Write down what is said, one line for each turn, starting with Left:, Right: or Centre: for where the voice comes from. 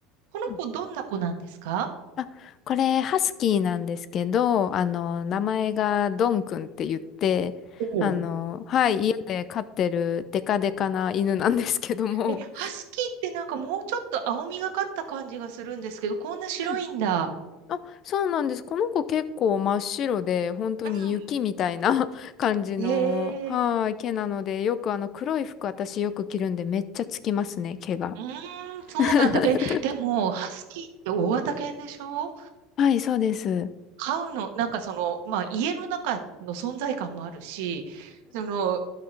Right: この子どんな子なんですか
Left: うんあ、これ、ハスキーなんですけど、あの、名前がドンくんって言って、
Right: おう
Left: あの、はい、家で飼ってるデカデカな犬なんですけども。
Right: え、ハスキーってなんかもうちょっと青みがかった感じがするんですけど、こんな白いんだ。
Left: うん。<laughs> あ、そうなんです。この子結構真っ白で、本当に雪みたいな
Right: う
Left: <laughs> 感じの、
Right: ん。え
Left: はい、毛なので、よくあの、黒い服私よく着るんで、めっちゃつきますね、毛が。
Right: ー、うーん、そうなんだ。
Left: <laughs>
Right: え、でも、ハスキーって大型犬でしょ
Left: はい、そうです。
Right: 飼うの、なんかその、まあ家の中の存在感もあるし、その、